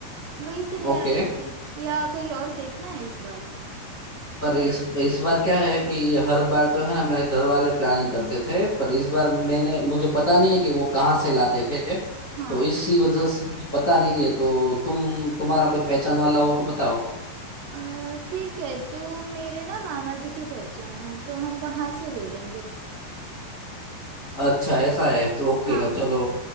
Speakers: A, on the right; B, on the left.
A: वहीं से ले
B: ओके
A: आएंगे या कहीं और देखना है इस बार
B: पर इस इस बार क्या है कि हर बार तो है ना मेरे घर वाले प्लानिंग करते थे पर इस बार मैंने मुझे पता नहीं है कि वो कहाँ से लाते थे
A: हाँ
B: तो इसी वजह से मुझे पता नहीं है तो तुम तुम्हारा कोई पहचान वाला हो तो बताओ
A: अ, ठीक है तो मेरे ना मामा जी की पहचान है तो हम वहां से ले लेंगे
B: अच्छा ऐसा है तो ओके
A: हाँ
B: तो चलो